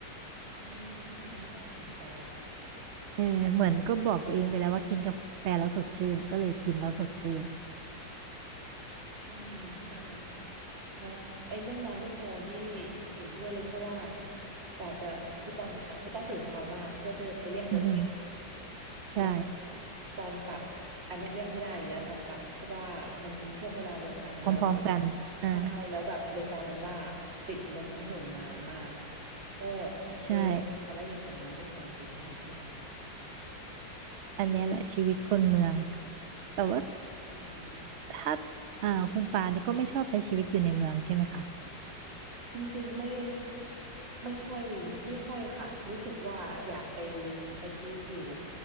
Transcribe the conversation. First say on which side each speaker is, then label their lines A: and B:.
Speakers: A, on the right; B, on the right.
A: อืมอันนี้น่าสนใจ
B: เออเหมือนก็บอกตัวเองไปแล้วว่ากินกาแฟแล้วสดชื่นก็เลยกินแล้วสดชื่น
A: โอ้ใช่เนาะไอ้เรื่องนอนไม่พอนี่เห็นด้วยเลยเพราะว่ากว่าจะคือตอนเช้าคือต้องตื่นเช้ามากเพื่อจะจะเลี่ยงรถติด
B: อืมอืมใช่
A: แล้วก็ตอนกลับอันเนี้ยเลี่ยงไม่ได้อยู่แล้วตอนกลับเพราะว่ามันช่วงเวลาเดียวกันแล้ว
B: พร้อมๆกันอ่า
A: ใช่แล้วแบบเลยกลายเป็นว่าติดอยู่บนท้องถนนนานมากก็
B: ใช่
A: เออทำให้มีผลนอนไม่พอจริงๆอันนี้เห็นด้วย
B: อันเนี้ยแหละชีวิตคนเมืองแต่ว่า
A: อืม
B: ถ้าอ่าคุณปาเนี่ยก็ไม่ชอบใช้ชีวิตอยู่ในเมืองใช่ไหมคะ
A: จริงๆไม่ไม่ค่อยไม่ค่อยค่ะรู้สึกว่าอยากไปใช้ชีวิตอยู่